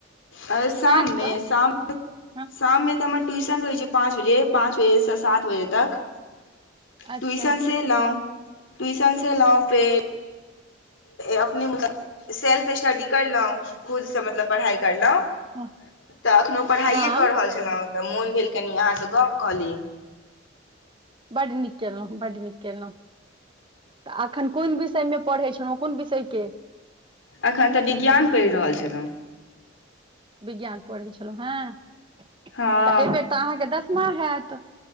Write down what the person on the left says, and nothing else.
आ शाममे
शाम
शाममे तऽ हमर ट्यूशन रहैत छै पाँच बजे पाँच बजेसँ सात बजे तक ट्यूशन
से एलू ट्यूशन से ऐंलौँ फेर अपने मतलब सेल्फ स्टडी करलहुँं खुदसँ मतलब पढ़ाइ करलहुँ
तऽ अखनो पढ़ाइए
कऽ रहल छलहुँ तऽ मोन भेल कनि अहाँसँ गप कऽ ली
अखन तऽ विज्ञान पढ़ि रहल छलहुँ
हँ